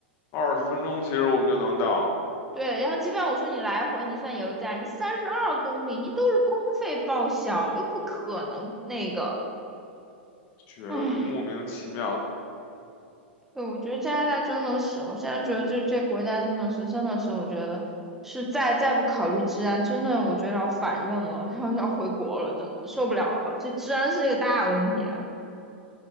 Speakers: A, on the left; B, in the centre.
A: 二十分钟其实我们就能到，
B: 对，然后即便我说你来回你算油价，你三十二公里，你都是公费报销，又不可能那个，
A: 觉得就是莫名其妙。
B: 唉，对，我觉得加拿大真的是，我现在觉得这这国家真的是真的是，我觉得是再再不考虑治安，真的我觉得要反润了，然后要回国了，真的受不了了，这治安是一个大问题啊。